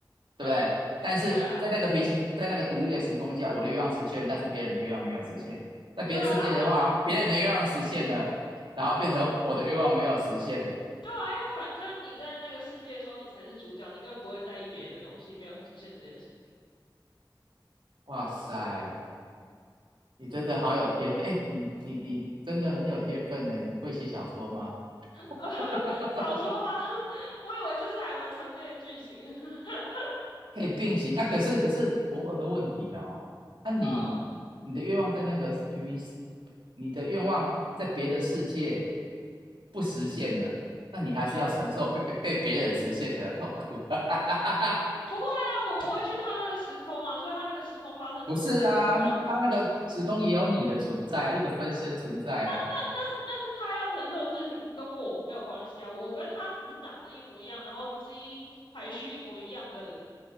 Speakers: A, on the right; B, on the left.
A: 对不对？
B: 对。
A: 但是在那个平行，
B: 对啊，
A: 在那个独立的时空下，我的愿望实现了但是别人的愿望没有实现。在别的世界的话，
B: 对啊，啊，反正
A: 别人的愿望实现了，然后变成我的愿望没有实现。
B: 对啊，因为反正你在那个世界的时候，你才是主角，你根本不会在意别人的东西没有实现这件事情。
A: 哇塞，你真的好有天分！哎，你你你你真的很有天分呢！你会写小说吗？
B: <laughs>
A: <laughs>
B: 小说吗？<laughs> 我以为这是还蛮常见的剧情。<laughs>
A: 可以并行啊。可是可是我有个问题哦，那、啊你你的愿望在那个平行，
B: 嗯
A: 你的愿望在别的世界不实现了，那你还是要承受被被被别人实现的痛苦。
B: 嗯，
A: <laughs>
B: 不会啊，我不会去他那个时空啊，所以他那个时空发生什么事不干，
A: 不是啊，
B: 那
A: 他那个时空也有你的存在啊，一个分身存在啊。
B: 那是那是他要承受的事情，跟我没有关系啊。我跟他只是长得一模一样，然后基因排序一模一样的